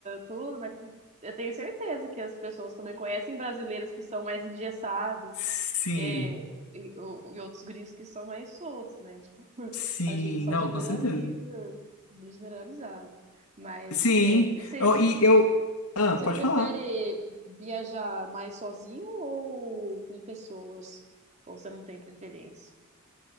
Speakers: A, on the right; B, on the left.
A: tudo, mas eu tenho certeza que as pessoas também conhecem brasileiros que são mais engessados,
B: Sim,
A: é, e, o- e outros gringos que são mais soltos, né? Tipo, <laughs>
B: sim,
A: a gente só
B: não,
A: generaliza,
B: com certeza.
A: muito generalizado. Mas
B: Sim,
A: é, e você
B: eu, e eu. Ah,
A: Você
B: pode
A: prefere
B: falar.
A: viajar mais sozinho ou com pessoas? Ou você não tem preferência?